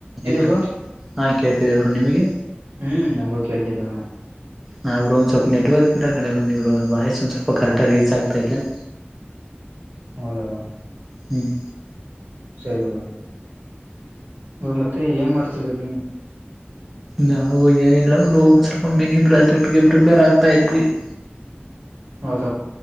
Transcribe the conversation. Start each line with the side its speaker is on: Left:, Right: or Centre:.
Centre: Hi bro
Right: ವು
Centre: ಹಾ ಕೇಳ್ತಿದೆ ಬ್ರೋ ನಿಮಗೆ
Right: ಹ್ಮ್ ನಮಗೂ ಕೇಳ್ತಿದ್ದವ.
Centre: ಹಾ ಬ್ರೋ ಒಂದ್ ಸ್ವಲ್ಪ ನೆಟ್ವರ್ಕ್ ಇರ ಕಡೆ ಬಂದಿದ್ರು ಅ್ ವಾಯ್ಸ್ ಒಂದ್ ಸ್ವಲ್ಪ ಕರೆಕ್ಟ ರೀಚ್ ಆಗ್ತಾತೆ. <inaudible>
Right: ಹೌದ ಬ್ರೋ.
Centre: ಹ್ಮ್.
Right: ಸರಿ ಬ್ರೋ ಮತ್ತೆ ಏನ್ ಮಾಡ್ತಿರೋಡೂ ನೀವು.
Centre: ನಾವು ಏನಿಲ್ಲ ಅವರು ಒಂದ ಸ್ವಲ್ಪ ಮಿನಿ ಪ್ರಾಜೆಕ್ಟ್ಗೆ ಪ್ರಿಪೇರ್ ಆಗ್ತಾ ಇದ್ವಿ. <inaudible>
Right: ಹೌದ.